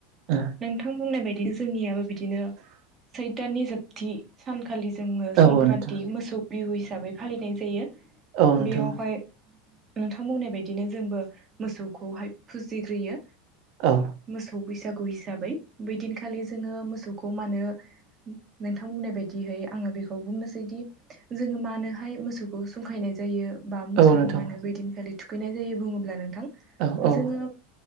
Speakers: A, on the right; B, on the right.
A: ओ
B: नोंथां बुंनाय बायदि जोंनियाबो बिदिनो सैथो दाननि जोबथि सानखालि जोङो
A: औ
B: संक्रान्ति
A: नोंथां
B: मोसौ बिहु हिसाबै फालिनाय जायो
A: औ नोंथां
B: बेयावहाय नोंथां बुंनाय बायदिनो जोंबो मोसौखौहाय फुजिग्रोयो।
A: औ
B: मोसौ बैसा गु हिसाबै बै दिनखालि जोङो मोसौखौ मानो नोंथां बुंनाय बायदिहै आङो बेखौ बुंनोसैदि जोङो मानोहाय मोसौखौ संखायनाय जायो बा मोसौखौ
A: औ नोंथां
B: मानो बै दिन खालि थुखैनाय जायो बुङोब्ला नोंथां
A: औ औ
B: जोङो